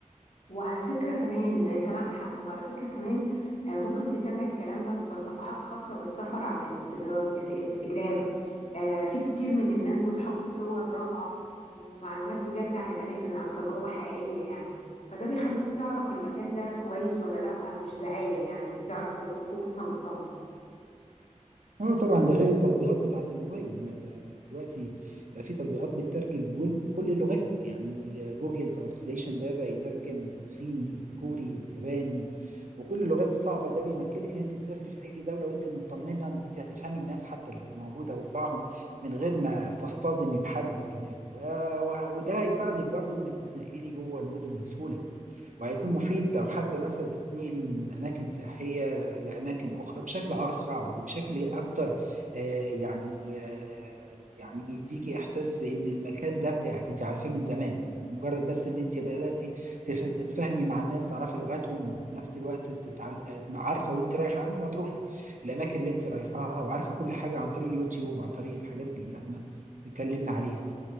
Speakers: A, on the left (about 60°); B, on the right (about 75°).
A: وعلى فكرة كمان انت معك حق وعلى فكرة كمان آه، ممكن تتابع الكلام ده في صفحات خاصة بالسفر على الانستجرام الانستجرام آه، في كتير من الناس بتحط صور روعة ومعلومات بجد عن الأماكن عن تجربة حقيقية يعني فده بيخليك تعرف المكان ده كويس ولا لأ مش دعاية يعني تعرف تروحه وانت مطمن
B: اه طبعا ده غير التطبيقات بتاعت الموبايل ان انت دلوقتي بقى في تطبيقات بتترجم جول كل اللغات يعني جوجل ترانسليشن ده بقى يترجم الصيني والكوري والياباني وكل اللغات الصعبة ده بيمكنك ان انت تسافري في اي دولة وانت مطمنة ان انت هتفهمي الناس حتى اللي موجودة وطباعهم من غير ما تصطدمي بحد هناك و... و... وده هيساعدك برضو انك تتنقلي جوه المدن بسهولة وهيكون مفيد لو حابة مثلا تتنقلي من أماكن سياحية لأماكن أخرى بشكل أسرع وبشكل أكتر آه، يعني آه، يعني بيديكي إحساس بإن المكان ده بتاعك أنت عارفاه من زمان مجرد بس إن أنت بدأتي تف- تتفاهمي مع الناس تعرفي لغاتهم وفي نفس الوقت تتعل... آه، عارفة وأنت رايحة قبل ما تروحي الأماكن اللي أنت رايحاها وعارفة كل حاجة عن طريق اليوتيوب وعن طريق الحاجات اللي إحنا اتكلمنا عليها دي